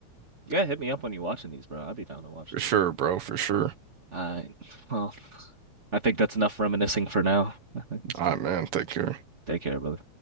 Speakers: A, on the right (about 25°); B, on the right (about 60°).
A: Yeah, hit me up when you're watching these, bro. I'd be down to watch
B: For
A: them.
B: sure, bro, for sure.
A: All right. Well, I think that's enough reminiscing for now. <laughs> I think that's
B: All
A: enough.
B: right, man, take care.
A: Take care, brother.